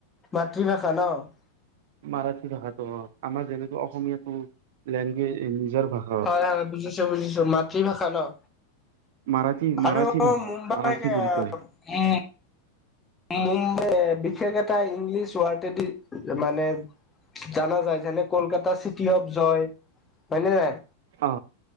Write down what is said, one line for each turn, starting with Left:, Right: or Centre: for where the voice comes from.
Left: মাৰাঠী ভাষা ন'?
Right: মাৰাঠী ভাষাটো অ'! আমাৰ যেনেকে, অসমীয়াটো লেংগুৱেজ, নিজৰ ভাষা
Left: হয়, হয়! বুজিছোঁ, বুজিছোঁ। মাতৃভাষা ন'?
Right: মাৰাঠী মাৰাঠী
Left: আৰু
Right: ভাষা
Left: মুম্বাইকে,
Right: মাৰাঠী বুলি কয়
Left: উম। উম! <unintelligible> বিশেষ এটা ইংলিছ ৱাৰ্ডেদি মানে, জানা যায়। যেনে- কলকাতা চিটি অফ জয়। হয় নে নাই?
Right: অ